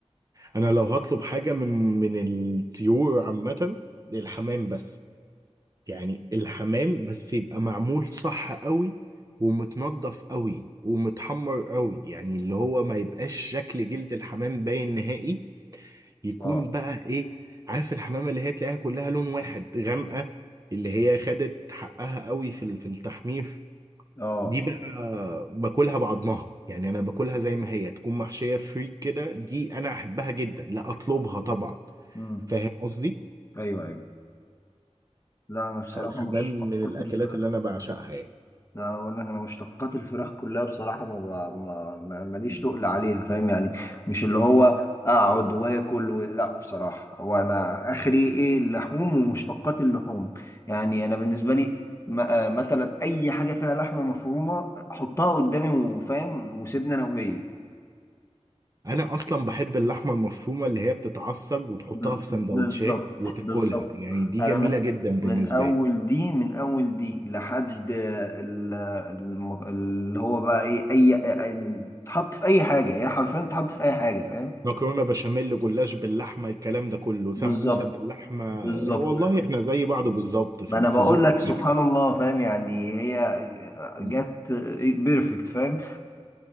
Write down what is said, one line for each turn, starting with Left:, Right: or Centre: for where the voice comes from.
Right: أنا لو هطلب حاجة من من الطيور عامة الحمام بس يعني الحمام بس يبقى معمول صح قوي ومتنضف قوي ومتحمر قوي يعني اللي هو ما يبقاش شكل جلد الحمام باين نهائي يكون
Left: اه
Right: بقى ايه عارف الحمامه اللي هي تلاقيها كلها لون واحد غامقه اللي هي خدت حقها قوي في ال- في التحمير
Left: اه
Right: دي بقى باكلها بعضمها يعني انا باكلها زي ما هي تكون محشيه فريك كده دي انا احبها جدا لا اطلبها طبعا
Left: امم
Right: فاهم قصدي
Left: ايوه ايوه لا انا بصراحه
Right: فالحمام
Left: مشتقات
Right: من الاكلات
Left: الفراخ
Right: اللي انا
Left: كلها
Right: بعشقها يعني
Left: لا اقول لك انا مشتقات الفراخ كلها بصراحه ما ب- ما ما- ماليش
Right: مم.
Left: تقل عليها فاهم يعني مش اللي هو اقعد واكل و... لا بصراحه وانا اخري ايه اللحوم ومشتقات اللحوم يعني انا بالنسبه لي م- آه، مثلا اي حاجه فيها لحمه مفرومه حطها قدامي وفاهم وسيبني انا وهي
Right: انا اصلا بحب اللحمه المفرومه اللي هي بتتعصج وتحطها
Left: بز-
Right: في سندوتشات
Left: بالظبط
Right: وتاكلها
Left: بالظبط
Right: يعني دي
Left: انا
Right: جميله
Left: من
Right: جدا بالنسبه
Left: من اول
Right: لي
Left: دي من اول دي لحد ال- الم- اللي هو بقى ايه اي أي- تحط في اي حاجه يعني حرفيا تحط في اي حاجه فاهم
Right: مكرونه بشاميل جلاش باللحمه الكلام ده كله سمبوسه
Left: بالظبط
Right: باللحمه
Left: بالظبط
Right: آه، والله احنا زي بعض بالظبط في
Left: ما انا
Right: في
Left: بقول
Right: ذوق
Left: لك سبحان
Right: الاكل
Left: الله فاهم يعني هي
Right: مم.
Left: جت بيرفكت فاهم